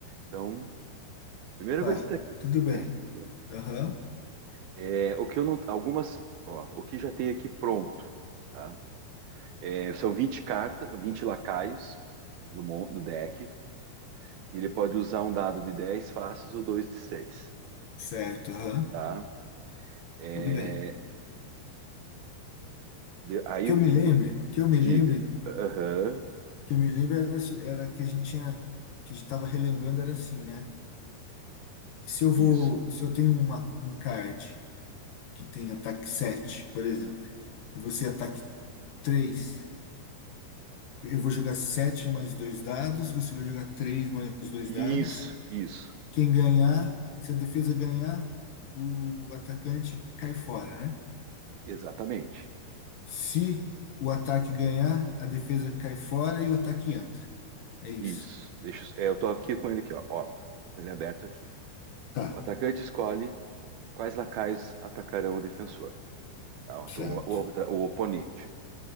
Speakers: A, on the right; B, on the left.
A: então, primeira
B: Tá,
A: coisa que tá aqui,
B: tudo bem.
A: né?
B: Aham,
A: É, o que eu não. Algumas. Ó, o que já tem aqui pronto, tá? É, são 20 cartas, 20 lacaios do, mon- do deck, e ele pode usar um dado de 10 faces ou dois de 6,
B: certo, aham,
A: tá? É,
B: tudo bem.
A: de- aí
B: que
A: o
B: eu me
A: que
B: lembre,
A: o-
B: que eu me
A: diga?
B: lembre,
A: Aham,
B: que eu me lembre era, isso- era que a gente tinha, que a gente tava relembrando era assim, né? Se eu
A: isso,
B: vou, se eu tenho uma, um card que tem ataque sete por exemplo, e você ataque três eu vou jogar 7 mais dois dados, você vai jogar 3 mais dois
A: isso,
B: dados.
A: isso,
B: Quem ganhar, se a defesa ganhar, o atacante cai fora, né?
A: exatamente.
B: Se o ataque ganhar, a defesa cai fora e o ataque entra. É isso.
A: Isso. Deixa, eu- é, eu tô aqui com ele aqui, ó. Ó, tô com ele aberto aqui.
B: Tá,
A: O atacante escolhe quais lacaios atacarão o defensor. tá?
B: certo.
A: Então, o, o- o oponente.